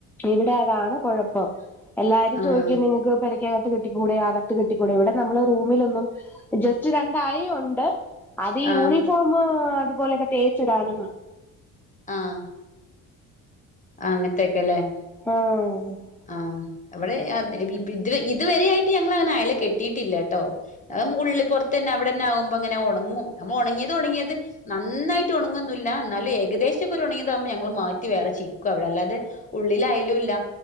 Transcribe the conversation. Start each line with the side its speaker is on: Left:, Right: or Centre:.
Centre: ഇവിടെ അതാണ് കൊഴപ്പം എല്ലാരും
Left: ആഹ്
Centre: ചോദിക്കും നിങ്ങക്ക് പെര ക്കകത്ത് കെട്ടികൂടെ അകത്ത് കെട്ടികൂടെ ഇവിടെ നമ്മള് റൂമിലൊന്നും ജസ്റ്റ് രണ്ടായി ഉണ്ട് അത് യൂണിഫോം
Left: ആഹ്
Centre: അതുപോലെയൊക്കെ തേച്ചിടാനും.
Left: ആഹ്. അങ്ങത്തെക്കെല്ലേ.
Centre: ആഹ്.
Left: ആഹ്. ഇവടെ ഇത് ഇതുവരെ ആയിട്ട് ഞങ്ങള് അങ്ങനെ അയല കെട്ടിയിട്ടില്ലട്ടോ. അത് ഉള്ള് പൊർത്തന്നെ അവിടെന്നെ ആകുമ്പോങ്ങനെ ഒണങ്ങും. നമ്മ ഒണങ്ങിയത് ഒണങ്ങിയത്. നന്നായിട്ട് ഒണങ്ങൊന്നുല്ല. എന്നാലും ഏകദേശംക്കെ ഒരു ഒണങ്ങിയതാകുമ്പോ ഞങ്ങൾ മാറ്റി വേറെ ചിക്കും അവിടെ അല്ലാതെ ഉള്ളില് അയലുല്ല.